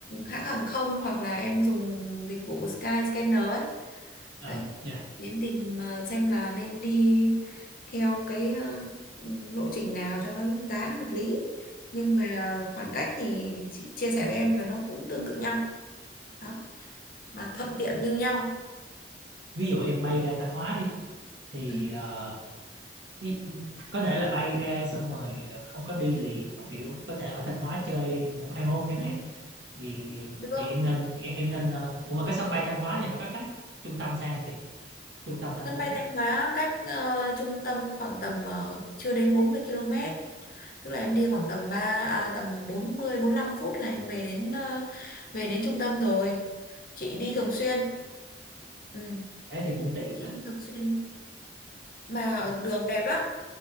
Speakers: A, on the left (about 50°); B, on the right (about 80°).
A: hãng hàng không hoặc là em dùng dịch vụ Skyscanner ấy.
B: à,
A: Đấy.
B: dạ.
A: Để em tìm ờ, xem là nên đi theo cái ờ, lộ trình nào cho nó giá nó hợp lý. Nhưng mà khoảng cách thì chị chia sẻ với em là nó cũng tương tự nhau. Đó, mà thuận tiện như nhau.
B: ví dụ em bay ra Thanh Hóa đi thì
A: Ừ.
B: ờ, đi có thể là bay ra xong rồi ờ, không có đi liền mà kiểu có thể ở Thanh Hóa chơi một hai hôm chẳng
A: Ừ.
B: hạn thì thì
A: Được.
B: thì em nên em, em nên ờ, ủa mà cái sân bay Thanh Hóa thì nó có cách trung tâm sao không chị trung tâm thành
A: Sân
B: phố
A: bay Thanh Hóa cách ờ, trung tâm khoảng tầm ờ, chưa đến 40 km, tức là em đi khoảng tầm 3 à, tầm 40 lăm phút là em về đến ờ, về đến trung tâm rồi. Chị đi
B: à
A: thường xuyên. Ừ,
B: thế thì cũng tiện
A: chị
B: á
A: đi thường xuyên mà
B: Ờ,
A: đường đẹp lắm.